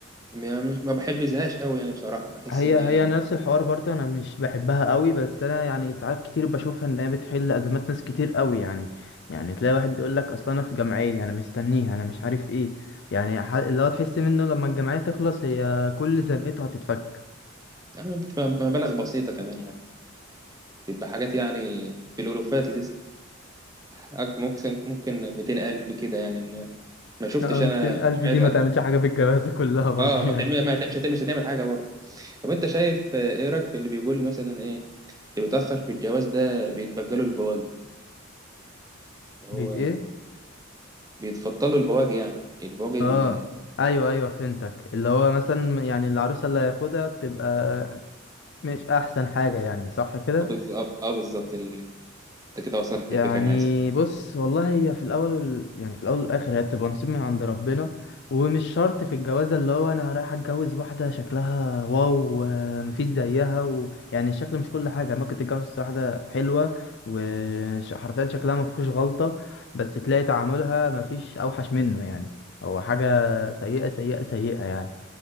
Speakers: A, on the right (about 15°); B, on the left (about 55°).
A: ما- مش ما بحبذهاش قوي يعني بصراحه بحس
B: هي
A: ان
B: هي
A: هي
B: نفس الحوار برضه أنا مش بحبها قوي بس أنا يعني ساعات كتير بشوفها إن هي بتحل أزمات ناس كتير قوي يعني يعني تلاقي واحد بيقول لك أصل أنا في جمعية أنا مستنيها أنا مش عارف إيه يعني ح- اللي هو تحس منه لما الجمعية تخلص هي كل زنقته هتتفك
A: يعني بتبقى مبالغ بسيطه كمان يعني بتبقى حاجات يعني في الالوفات أك- ممكن ممكن 200000 كده يعني إن ما شفتش
B: آه، 200
A: أنا
B: ألف
A: جمعيات
B: دي ما تعملش
A: أك...
B: حاجة في الجوازة <laughs> كلها برضه
A: آه ما
B: يعني
A: تعمل ما تعمل- مش هتعمل مش هتعمل حاجة برضه طب أنت شايف آه، إيه رأيك في اللي بيقول مثلا إيه اللي بيتأخر في الجواز ده بيتبجلوا البواجي اللي
B: بيت
A: هو
B: إيه؟
A: بيتفضلوا البواجي يعني البواجي
B: آه
A: ال-
B: ايوه ايوه فهمتك اللي هو مثلا يعني العروسه اللي هياخدها بتبقى مش احسن حاجه يعني صح كده
A: آه، بالظبط آه بالظبط ال- أنت كده وصلت
B: يعني
A: الفكرة اللي أنا عايزها
B: بص والله هي في الاول وال... يعني في الاول والاخر هي بتبقى نصيب من عند ربنا ومش شرط في الجوازه اللي هو انا رايح اتجوز واحده شكلها واو آه، مفيش زيها و... يعني الشكل مش كل حاجه ممكن تتجوز واحده حلوه وحرفيا شكلها مفيهوش غلطه بس تلاقي تعاملها مفيش اوحش منه يعني هو حاجه سيئه سيئه سيئه يعني